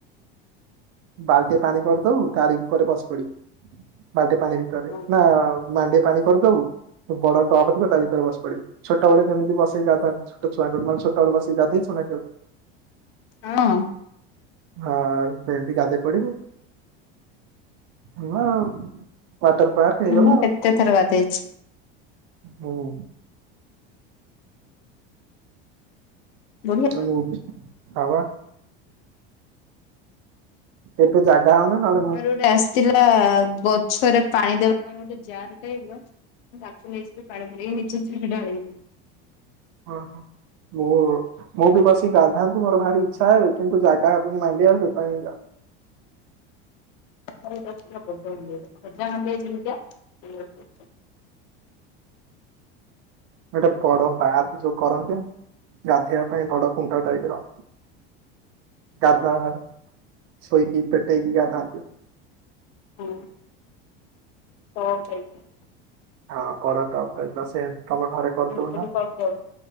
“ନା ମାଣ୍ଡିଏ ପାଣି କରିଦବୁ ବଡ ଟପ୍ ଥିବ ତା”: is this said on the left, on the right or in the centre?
Right